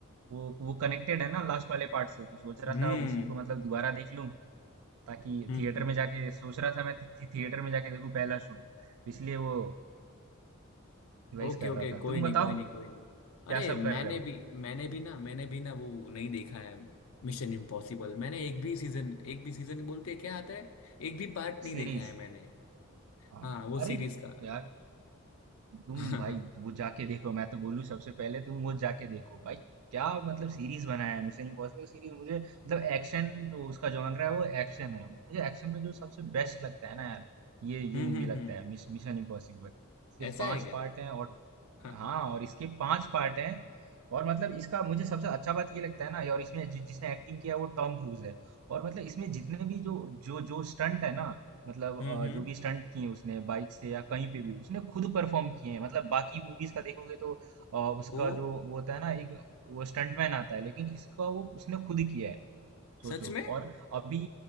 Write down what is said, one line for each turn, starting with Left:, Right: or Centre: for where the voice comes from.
Right: वो वो कनेक्टेड है ना लास्ट वाले पार्ट से तो सोच रहा
Left: हम्म
Right: था उसी
Left: हम्म
Right: को मतलब दोबारा देख लूं ताकि
Left: हम्म,
Right: थिएटर
Left: हम्म।
Right: में जाके सोच रहा था मैं थि- थि- थिएटर में जाके देखूं पहला शो इसलिए वो रिवाइज
Left: ओके
Right: कर
Left: ओके
Right: रहा था
Left: कोई
Right: तुम
Left: नहीं
Right: बताओ
Left: कोई नहीं
Right: क्या
Left: कोई नहीं अरे
Right: सब
Left: मैंने
Right: कर रहे हो
Left: भी मैंने भी ना मैंने भी ना वो नहीं देखा है मिशन इम्पॉसिबल मैंने एक भी सीजन एक भी सीजन बोलते हैं, क्या आता है एक भी पार्ट नहीं
Right: सीरीज
Left: देखा है मैंने
Right: हाँ
Left: हाँ वो सीरीज
Right: अरे
Left: का
Right: यार तुम
Left: <laughs>
Right: भाई
Left: हाँ,
Right: वो जाके देखो मैं तो बोलूँ सबसे पहले तुम वो जाके देखो भाई क्या मतलब सीरीज बनाया है मिशन इम्पॉसिबल सीरीज मुझे मतलब एक्शन जो उसका जॉनर है वो एक्शन है मुझे एक्शन में जो सबसे बेस्ट लगता है ना यार ये ये
Left: हम्म
Right: मूवी
Left: हम्म
Right: लगता
Left: हम्म,
Right: है मिश, मिशन इम्पॉसिबल इसके
Left: ऐसा
Right: पांच
Left: है क्या
Right: पार्ट हैं और
Left: <laughs> हाँ हाँ
Right: हाँ और इसके पांच पार्ट हैं और मतलब इसका मुझे सबसे अच्छा बात ये लगता है ना और इसमें जि, जिसने एक्टिंग किया है वो टॉम क्रूज है और मतलब इसमें जितने भी जो जो जो स्टंट है ना मतलब अ,
Left: हम्म हम्म
Right: जो भी स्टंट किए उसने बाइक से या कहीं पे भी उसने खुद परफॉर्म किए हैं मतलब बाकी मूवीज का देखोगे तो अ, उसका
Left: ओ
Right: जो वो होता है ना एक वो स्टंटमैन आता है लेकिन इसका वो उसने खुद किया है सोचो
Left: सच में
Right: और अभी